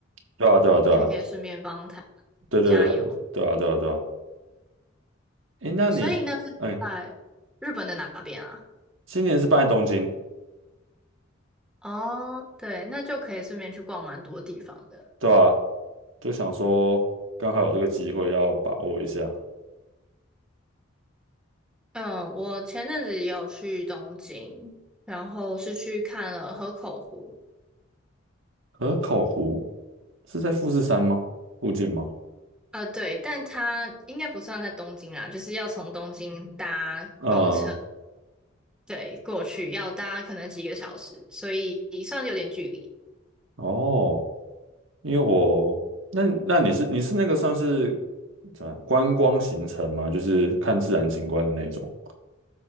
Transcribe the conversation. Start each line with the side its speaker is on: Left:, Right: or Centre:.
Right: 对啊对啊对啊
Centre: 你还可以顺便帮台
Right: 对对对啊对啊对啊。
Centre: 加油。
Right: 诶，那你哎，
Centre: 所以那是在日本的哪边啊？
Right: 今年是办在东京，
Centre: 哦，对，那就可以顺便去逛蛮多地方的。
Right: 对吧、就想说刚好有这个机会要把握一下。
Centre: 嗯，我前阵子也有去东京，然后是去看了河口湖。
Right: 河口湖是在富士山吗？附近吗？
Centre: 呃，对，但它应该不算在东京啦，就是要从东京搭公车，
Right: 嗯，
Centre: 对，过去要搭可能几个小时，所以算是有点距离。
Right: 哦，因为我那那你是你是那个算是怎么样观光行程吗？就是看自然景观的那种，